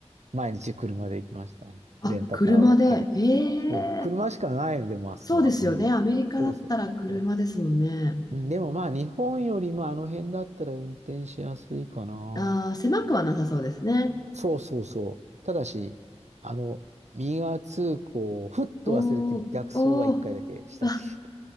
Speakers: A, on the right (about 85°); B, on the left (about 35°).
A: 毎日車で行きましたね。
B: あ、
A: レンタカーを借りて。
B: 車で、ええ、
A: そう、車しかないので、もうあそこは。
B: そうですよね。
A: うん。
B: アメリカだったら車ですもんね。
A: そうそうそう。うんでもまあ、日本よりもあの辺だったら運転しやすいかな。
B: ああ、狭くはなさそうですね。
A: そうそうそう。ただし、あの、右側通行をふっと忘れて逆走は一回だけしたし。
B: おー、おー。わ